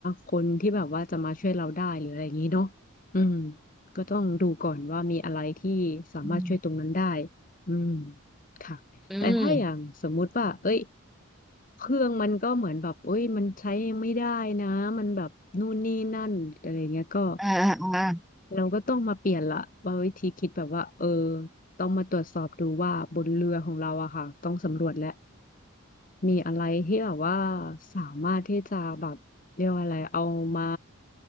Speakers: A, on the left; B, in the centre.
A: คนที่แบบว่าจะมาช่วยเราได้หรืออะไรอย่างนี้เนาะอืมก็ต้องดูก่อนว่ามีอะไรที่สามารถช่วยตรงนั้นได้
B: อืม
A: อืมค่ะแต่ถ้าอย่างสมมุติว่าเอ้ย
B: อืม
A: เครื่องมันก็เหมือนแบบเอ้ยมันใช้ไม่ได้นะมันแบบนู่นนี่นั่นอะไรเงี้ยก็
B: อ่าอ่าอ่า
A: เราก็ต้องมาเปลี่ยนละว่าวิธีคิดแบบว่าเออต้องมาตรวจสอบดูว่าบนเรือของเราอะค่ะต้องสำรวจและมีอะไรที่แบบว่าสามารถที่จะแบบเรียกว่าอะไรเอามา